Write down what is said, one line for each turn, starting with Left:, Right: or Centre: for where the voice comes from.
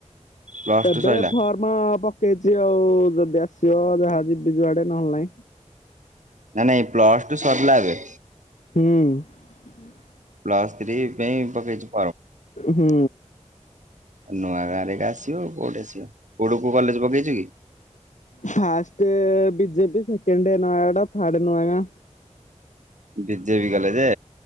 Right: ପ୍ଲସ
Left: ଏବେ
Right: ଟୁ ସରିଲା
Left: ଫର୍ମଅ ପ ଇଚି ଆଉ ଯଦି ଆସିବ ଯାହା ଯିବି ଯୁଆଡେ ନହେଲେ ନାଇଁ।
Right: ନାଇ ନାଇଁ ପ୍ଲସ ଟୁ ସରିଲା ଏବେ।
Left: ହୁଁ,
Right: ପ୍ଲସଥ୍ରୀ ପାଇଁ ପକେଇଚ।
Left: ହୁଁ,
Right: ନୂଆ ଗାଁରେ ଏକା ଆସିବ କୋଉଠି ଆସିବ କୋଉଠୁ କୁ କଲେଜ ପକେଇଚୁ କି?
Left: First BJP second Nayagarh third Nuagaon.
Right: BJB କଲେଜେ?